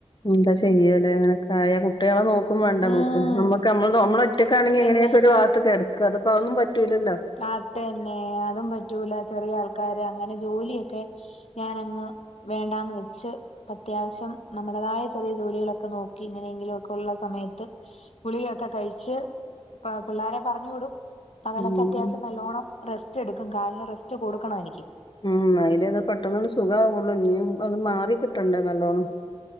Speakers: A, on the left (about 45°); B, on the left (about 75°).
A: ന്താ ചെയാല്ലേ ഇങ്ങനെ ക്കായ കുട്ടികളെ നോക്കും വേണ്ട
B: ഉം
A: മ്മുക്ക് നമ്മക്ക് മ്മള്ത് മ്മള് ഒറ്റക്കാണെങ്കി എങ്ങനെകൊക്ക
B: പിന്നെ
A: ഒരു ഭാഗത്ത് കെട ക്കത് പ്പ അതൊന്നും പറ്റൂല്ലല്ലോ
B: അതന്നെ അതും പറ്റൂല ചെറിയ ആൾ ക്കാര് അങ്ങനെ ജോലിയൊക്കെ ഞാനങ്ങ് വേണ്ടാന്ന് വെച്ച് പ്പത്യാവശ്യം നമ്മടതായ ചെറിയ ജോലികളൊക്ക നോക്കി ഇങ്ങനെയെങ്കിലും ഒക്ക ഉള്ള സമയ ത്ത് ഗുളിയൊക്ക കഴിച്ച് പ പിള്ളാരെ പറഞ്ഞു വിടും പകലൊക്ക
A: ഉം
B: നല്ലോണം റെസ്റ്റ് എടുക്കും കാലിന് റെസ്റ്റ് കൊടുക്കണം എനിക്ക്
A: ഉം അയിന്റെത് പെട്ടന്ന് ങ്ങ്ട് സുഖാവുള്ളു ഇനിയും അത് മാറി കിട്ടണ്ടേ നല്ലോണം